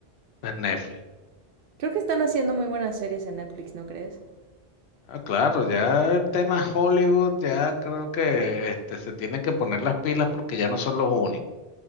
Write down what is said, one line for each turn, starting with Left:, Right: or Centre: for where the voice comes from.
Left: en Netflix.
Right: Creo que están haciendo muy buenas series en Netflix, ¿no crees?
Left: Ah, claro, ya el tema Hollywood, ya creo que este, se tienen que poner las pilas porque ya no son los únicos.